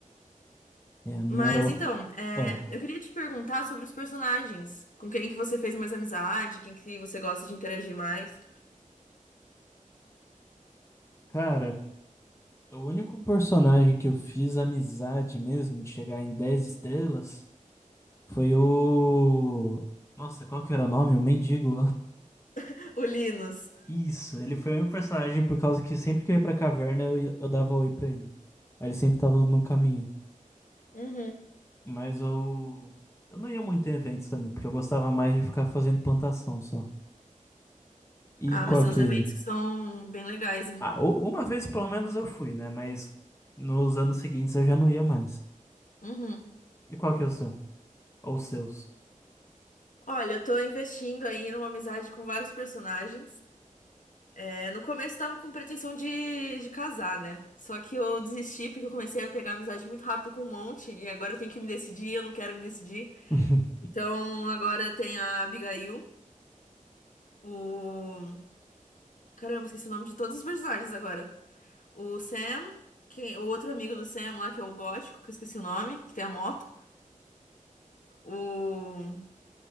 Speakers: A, on the left; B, on the left.
A: É, a minha
B: Mas
A: era. o-
B: então, é,
A: Ah,
B: eu queria te perguntar sobre os personagens. Com quem que você fez mais amizade? Quem que você gosta de interagir mais?
A: cara, o único personagem que eu fiz amizade mesmo, de chegar em 10 estrelas, foi o. Nossa, qual que era o nome? O mendigo
B: <laughs> O Linus.
A: Isso, ele foi o meu personagem por causa que sempre que eu ia pra caverna eu, ia- eu dava oi pra ele. Aí ele sempre tava no caminho.
B: Uhum.
A: Mas eu, eu não ia muito em eventos também, porque eu gostava mais de ficar fazendo plantação só.
B: Ah,
A: E qual
B: mas tem
A: que.
B: uns eventos que são bem legais, hein?
A: Ah, u- uma vez pelo menos eu fui, né? Mas nos anos seguintes eu já não ia mais.
B: Uhum.
A: E qual que é o seu? Ou os seus?
B: Olha, eu tô investindo aí numa amizade com vários personagens. É, no começo tava com pretensão de, de casar, né? Só que eu desisti porque eu comecei a pegar amizade muito rápido com um monte e agora eu tenho que me decidir, eu não quero me decidir.
A: <laughs>
B: Então agora tem a Abigail, o. Caramba, esqueci o nome de todos os personagens agora. O Sam, quem... o outro amigo do Sam lá, que é o gótico, que eu esqueci o nome, que tem a moto. O.